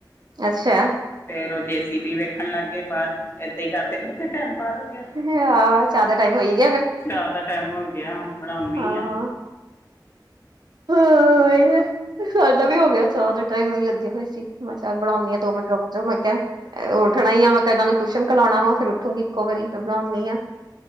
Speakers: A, on the right (about 60°); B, on the left (about 30°).
A: ਅੱਛਾ!
B: ਫੇਰ ਓ ਜੇ-ਸੀ-ਬੀ ਵੇਖਣ ਲੱਗ ਗਏ ਬਾਰ। ਏਦਾਂ ਹੀ ਕਰਦੇ, ਕਰਦੇ ਟੈਮ ਪਾਰ ਹੋ ਗਿਆ।
A: ਹਾਂ ਚਾਹ ਦਾ ਟਾਈਮ ਹੋਈ ਗਿਆ ਫਿਰ
B: ਚਾਰ ਦਾ ਟਾਈਮ ਹੋ ਗਿਆ ਹੁਣ। ਬਣਾਉਣੀ
A: ਹਾਂ।
B: ਆ
A: ਹਾਂ ਇਹ ਸਾਡਾ ਵੀ ਹੋ ਗਿਆ, ਚਾਅ ਦੇ ਟਾਈਮ ਓਹੀ ਲਗੇ ਹੋਏ ਸੀ। ਮੈਂ ਚੱਲ ਬਣਾਨੀ ਆ ਦੋ ਮਿੰਟ ਰੁਕ ਜਾਓ, ਮੈਂ ਕਿਹਾ ਉੱਠਣਾ ਆ ਮੈਂ ਕਿਹਾ ਇਹਨਾਂ ਨੂੰ। ਟਿਊਸ਼ਨ ਘਲਾਉਣਾ ਵਾਂ, ਫੇਰ ਉੱਠੂੰਗੀ ਇੱਕੋ ਵਾਰੀ, ਫਿਰ ਬਣਾਉਂਨੀ ਆ,